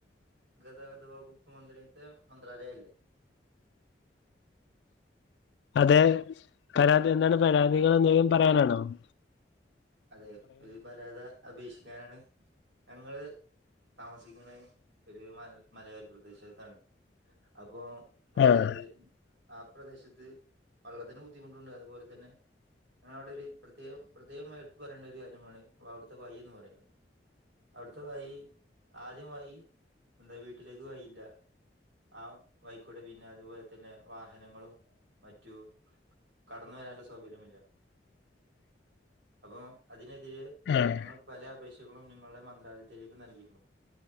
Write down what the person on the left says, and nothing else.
അതെ എന്താണ് പരാതികള്
എന്തേങ്കിലും പറയാനാണോ ഉ
ആഹ്
ആഹ്